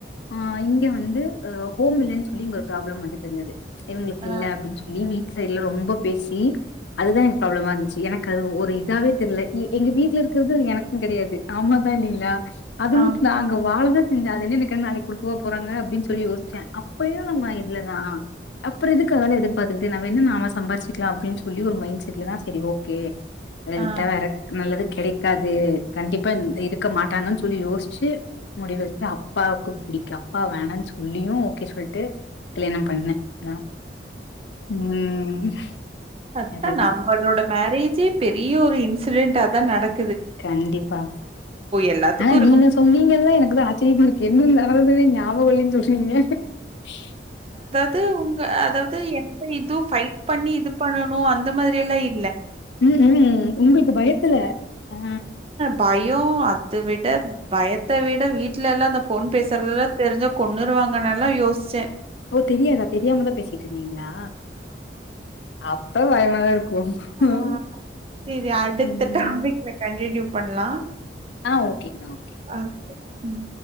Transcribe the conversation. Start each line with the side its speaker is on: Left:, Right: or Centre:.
Left: ஆஹ் இங்க வந்து ஆ ஹோம் இல்லன்னு சொல்லி இங்க ஒரு ப்ராப்ளம் வந்துட்ருந்தது இவங்களுக்கு
Right: ஆ
Left: இல்ல அப்டின்னு சொல்லி வீட் சைட்ல ரொம்ப பேசி அதுதா எனக்கு ப்ராப்ளமா இருந்துச்சு எனக்கு அது ஒரு இதாவே தெர்ல எ எங்க வீட்ல இருக்குறது அது எனக்குந் தெரியாது ஆமாவா இல்லிங்களா அது மட்டு
Right: ஆமாமா
Left: நாங்க வாழவே ந்த <unintelligible> நாளைக்கி குடுக்கவா போறாங்க அப்டின்னு சொல் சொல்லி யோசிச்சே அப்பயு நம்ம இல்லதா அப்றோ எதுக்கு அதெல்லா எதிர்பார்த்துக்குட்டு நா வேண்ணா நாம சம்பாரிச்சுக்கலா அப்டின்னு சொல்லி ஒரு மைண்ட் செட்லதா செரி ஓகே <unintelligible>
Right: ஆ
Left: டைரக்ட் நல்லது கெடைக் க்காது கண்டிப்பா அத் இருக்க மாட்டாங்கன்னு சொல்லி யோசிச்சு முடிவெடுத்து அப்பாவுக்கு பிடிக்க அப்பா வேணான்னு சொல்லியு ஓகே சொல்ட்டு கல்யாணோ பண்ணே நா ம்
Right: அதா
Left: அதுதா
Right: நம்மளோட மேரேஜே பெரிய ஒரு இன்சிடெண்டாதா நடக்
Left: கண்டிப்பா
Right: எல்லாத்துக்கும்
Left: ஆனா
Right: இருக்கும்.
Left: நீங்க சொன்னீங்கதா எனக்குதா ஆச் ஆச்சரியமா இருக்கு என்ன நடந்ததுன்னு ஞாபகோ இல்லைன் <unintelligible>
Right: த்து உங் அ அதாவது எந்த இது ஃபைட் பண்ணி இது பண்ணணு அந்த மாதிரியெல்லா இ
Left: உம் உம் உங்களுக்கு பயத்துல ஆஹ்
Right: பயோ அத விட பயத்த விட வீட்லெல்லா அந்த ஃபோன் பேசுறதெல்லா தெரிஞ்சா கொண்ணுருவாங்கன்னெல்லா யோசிச்சே
Left: அப்ப தெரியாதா தெரியாமதா பேசிட் ட்ருந்தீங்களா அப்ப <unintelligible> <unintelligible>
Right: ஆஹ்
Left: ஆ
Right: சேரி அடுத்த
Left: ம்
Right: டாபிக்ல கண்டினியூ பண்லா
Left: ஆஹ் ஓகேங்க ஓக்
Right: அது உம்